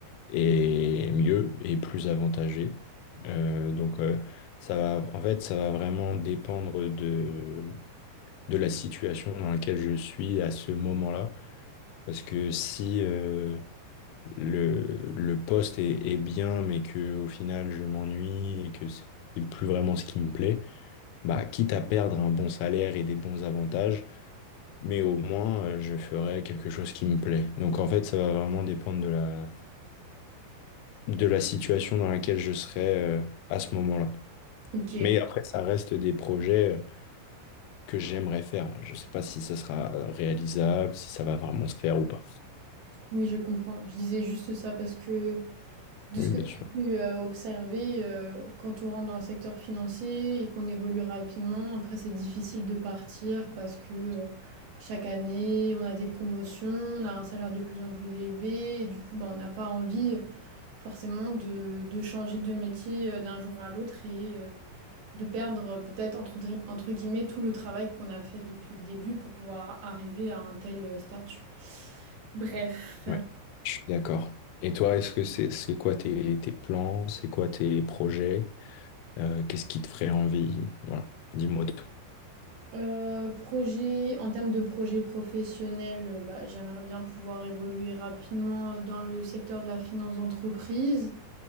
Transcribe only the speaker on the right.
Ok.
Oui, je comprends. Je disais juste ça parce que de
ce que
j'ai
pu euh, observer, euh, quand on rentre dans le secteur financier et qu'on évolue rapidement, après c'est difficile de partir parce que euh, chaque année on a des promotions, on a un salaire de plus en plus élevé et du coup bah, on n'a pas envie euh, forcément de, de changer de métier euh, d'un jour à l'autre et euh, de perdre euh, peut-être entre, dri- entre guillemets tout le travail qu'on a fait depuis le début pour pouvoir arriver à un tel euh, statut. Bref.
Euh, projet, en termes de projet professionnel, euh, bah, j'aimerais bien pouvoir évoluer rapidement euh, dans le secteur de la finance d'entreprise,